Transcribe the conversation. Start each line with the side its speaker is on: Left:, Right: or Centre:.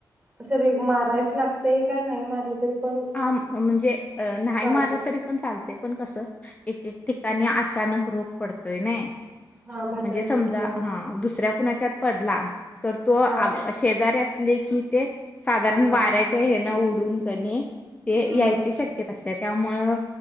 Right: अस रेग मारायलाच लागतंय काय नाही मारलं तरी पण
Left: आम म्हणजे अ नाही
Right: चालतय
Left: मारलं तरी पण चालतंय पण कसं एक एक ठिकाणी अचानक रोग पडतोय नाही
Right: हा भाताला
Left: म्हणजे समजा
Right: होय
Left: हां दुसऱ्या कुणाच्यात पडला तर तो
Right: हा
Left: शेजारी असले की ते साधारण
Right: हा
Left: वाऱ्या च्या हेन उडून की नाही ते
Right: हम्म
Left: यायची शक्यता असत्या त्यामुळं